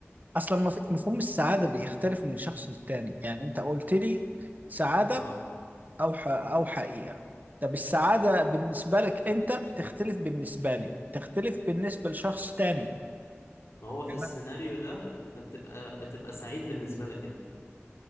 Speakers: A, on the right; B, on the left.
A: اصلا مف- مفهوم السعاده بيختلف من شخص للتاني يعني انت قلت لي سعاده
B: اه
A: او ح... او حقيقه طب السعاده بالنسبه لك انت تختلف بالنسبه لي تختلف بالنسبه لشخص تاني
B: ما هو في
A: تمام
B: السيناريو ده انت بتبقى بتبقى سعيد بالنسبة لك انت